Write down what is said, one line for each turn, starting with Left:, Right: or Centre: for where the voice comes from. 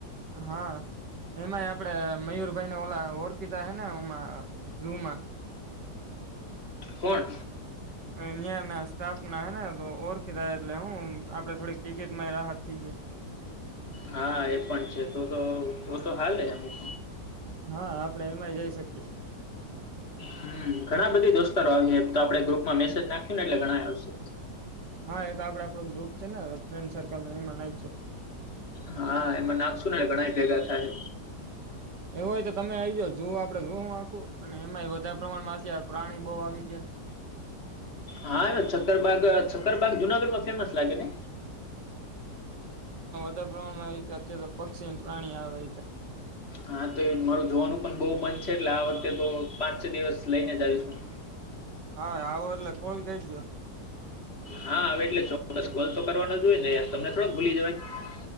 Right: હા એમાંય આપડે મયુરભાઈને ઓલા ઓરતીતાે ના હમાં જુમાં
Left: કોણ
Right: અહિયાં ના સ્થાપના હેને તો ઓર કધ એટલે હું આપડે થોડીક ટિકિટમાં રાહત થઈ ગઈ
Left: હા એ પણ છે તો તો તો હાલ હ અમુક
Right: હા આપડે એમાંય જઈ શકીએ
Left: હમ ઘણા બધી દોસ્તો આવી તો આપડણે ગ્રુપમાં મેસેજ નાખ્યું ને એટલે ઘણા આવશે
Right: હા એ આપડે આપડો ગ્રુપ છે ને ફ્રેન્ડ સર્કલ એ મનાય છે
Left: હા એમાં નાખશુ ને ઘણા ભેગા ત છે
Right: એવું હોય તો તમે આજ જોવ આપડે જો હું આખું અને એમાં વધારે પ્રમાણમાં અત્યારે પ્રાણી ગો આવી આવી ગયા
Left: હા એ છતરબાગ છક્કરબાગ જુનાગઢ માં ફેમસ લાગે ને
Right: પ્રણમાં તો પક્ષીને પ્રાણી આવે
Left: હા તો એ મારું જોવાનું પણ બહુ મન છે એટલે આ વખતે તો પાંચ છ દિવસ લઈને જ આવીશું હ
Right: હા આવો એટલે કોણ કઈજો
Left: હા હવે એટલે ચોક્કસ કોલ તો કરવાનો જો હોય ને તમને થોડોક ભૂલી જવાય